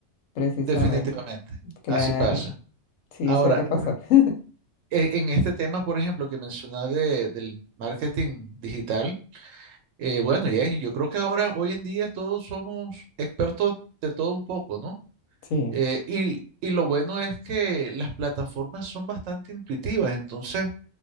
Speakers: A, on the left; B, on the right.
A: precisamente.
B: definitivamente.
A: Claro,
B: Así pasa.
A: sí,
B: Ahora,
A: suele pasar.
B: mm,
A: <laughs>
B: e- en este tema, por ejemplo, que mencionaba de- del marketing digital, eh, bueno, y ahí, yo creo que ahora, hoy en día, todos somos expertos de todo un poco, ¿no?
A: Sí,
B: Eh, y, y lo bueno es que las plataformas son bastante intuitivas, entonces...